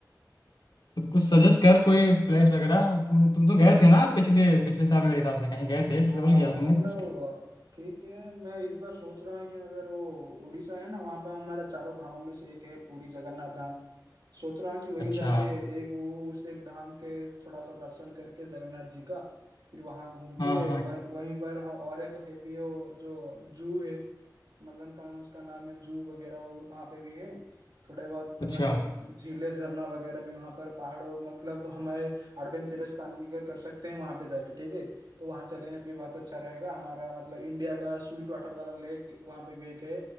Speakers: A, on the left; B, on the right.
A: तो कुछ सजेस्ट कर कोई प्लेस वगैरह तुम तुम तो गए थे ना पिछले पिछले साल मेरे हिसाब से कहीं गए थे ट्रेवल
B: हाँ
A: किया था
B: मतलब
A: तुमने कुछ कहीं?
B: ठीक है मैं इस बार सोच रहा हूँ कि अगर वो उड़ीसा है ना वहाँ पर हमारा चारों धामों में से एक है पूरी जगन्नाथ धाम सोच रहा हूँ कि वहीं
A: अच्छा
B: जाके एक वो उस एक धाम के थोड़ा सा दर्शन करके जगन्नाथ जी का फिर वहाँ घूम
A: हाँ
B: के
A: हाँ
B: वह, वहीं पर ह- और एक है भी वो जो जू है नंदनकानन उसका नाम है जू वगैरह वो- वहाँ पे भी है थोड़े बहुत तो
A: अच्छा
B: मतलब झीलें झरना वगैरह भी वहाँ पर पहाड़ों मतलब हमारे एडवेंचरस प्लानिंग अगर कर सकते हैं वहाँ पे जाके ठीक है तो वहाँ चलेंगे भी बहुत अच्छा रहेगा हमारा मतलब इंडिया का स्वीट वाटर वाला लेक वहाँ पे भी एक है